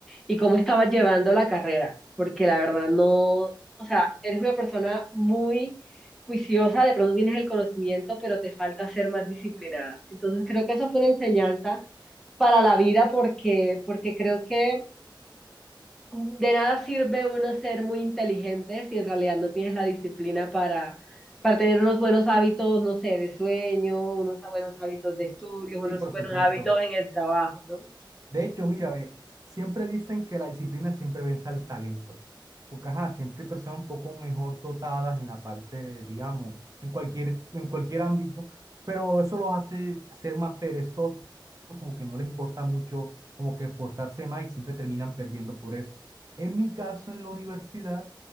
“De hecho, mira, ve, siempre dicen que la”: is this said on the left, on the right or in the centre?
Right